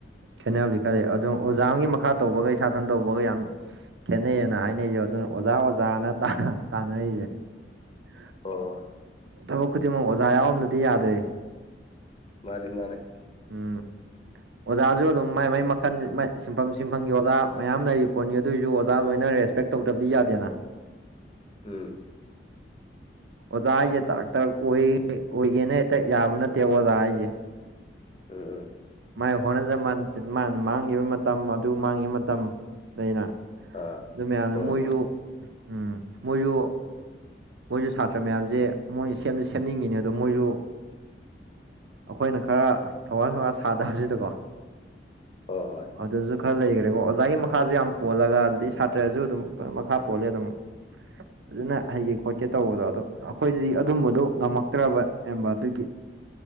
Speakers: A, on the right (about 85°); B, on the left (about 35°).
A: ꯈꯦꯠꯅꯕꯗꯤ ꯈꯔꯜꯂꯤꯦ ꯑꯗꯨꯣ ꯑꯣꯖꯥ ꯑꯃꯒꯤ ꯃꯈꯥ ꯇꯧꯕꯒ ꯁꯥꯊꯟ ꯇꯧꯕꯒ ꯌꯥꯝ ꯈꯦꯠꯅꯩꯌꯦꯅ ꯍꯥꯏꯅꯩꯁꯦ ꯑꯗꯨꯅ ꯑꯣꯖꯥ ꯑꯣꯖꯥꯅ ꯇꯥꯅꯔꯤꯁꯦ ꯎ
B: ꯍꯣꯏ ꯍꯣꯏ
A: ꯊꯕꯛ ꯈꯨꯗꯤꯡꯃꯛ ꯑꯣꯖꯥ ꯌꯥꯎꯔꯝꯗꯗꯤ ꯌꯥꯗ꯭ꯔꯦ
B: ꯃꯥꯅꯦ ꯃꯥꯅꯦ
A: ꯎꯝ ꯑꯣꯖꯥꯁꯨ ꯑꯗꯨꯝ ꯃꯥꯏ ꯃꯩ ꯃꯈꯜ ꯁꯤꯟꯐꯝ ꯁꯤꯟꯐꯝꯒꯤ ꯑꯣꯖꯥ ꯃꯌꯥꯝ ꯂꯩꯔꯤꯕꯔꯤ ꯄꯣꯠꯅꯤ ꯑꯗꯨꯑꯣꯏꯁꯨ ꯑꯣꯖꯥ ꯂꯣꯏꯅ ꯔꯦꯁꯄꯦꯛ ꯇꯧꯗꯕꯗꯤ ꯌꯥꯗꯦꯅ
B: ꯎꯝ
A: ꯑꯣꯖ ꯇꯛ ꯑꯣꯏꯒꯦꯅ ꯍꯦꯛꯇ ꯌꯥꯕ ꯅꯠꯇꯦꯕ ꯑꯣꯖꯥ ꯍꯥꯏꯁꯦ
B: ꯎ
A: ꯃꯥꯏ ꯍꯣꯠꯅꯖꯃꯟ ꯃꯥꯅ ꯃꯥꯡꯈꯤꯕ ꯃꯇꯝ ꯑꯗꯨ ꯃꯥꯡꯈꯤꯕ ꯃꯇꯝ ꯑꯩꯅ
B: ꯑꯥ
A: ꯑꯗꯨ ꯃꯌꯥꯝꯅ
B: ꯍꯣꯏ
A: ꯃꯣꯏꯁꯨ
B: ꯍꯣꯏ
A: ꯎꯝ ꯃꯣꯏꯁꯨ ꯃꯣꯏꯁꯨ ꯁꯥꯇ꯭ꯔ ꯃꯌꯥꯝꯁꯦ ꯃꯣꯏ ꯁꯦꯝꯅꯤꯡꯉꯤꯅꯦ ꯑꯗꯣ ꯃꯣꯏꯁꯨ ꯑꯩꯈꯣꯏꯅ ꯈꯔ ꯊꯋꯥꯏ ꯁꯧꯋꯥ ꯁꯥꯗꯕꯁꯤꯗꯀꯣ
B: ꯍꯣꯏ ꯍꯣꯏ
A: ꯑꯗꯨꯁꯨ ꯈꯔ ꯂꯩꯈꯔꯦꯀꯣ ꯑꯣꯖꯥꯒꯤ ꯃꯈꯥꯁꯨ ꯌꯥꯝ ꯄꯣꯜꯂꯒ ꯑꯗꯨꯗꯩ ꯁꯥꯇ꯭ꯔꯁꯨ ꯑꯗꯨꯝ ꯃꯈꯥ ꯄꯣꯜꯂꯦ ꯑꯗꯨꯝ
B: <unintelligible>
A: ꯑꯗꯨꯅ ꯍꯥꯏꯒꯦ ꯈꯣꯠꯀꯦ ꯇꯧꯕꯗꯣ ꯑꯗꯣ ꯑꯩꯈꯣꯏꯗꯗꯤ ꯑꯗꯨꯝꯕꯗꯨꯣ ꯉꯝꯃꯛꯇ꯭ꯔꯕ ꯑꯕ ꯑꯗꯨꯒꯤ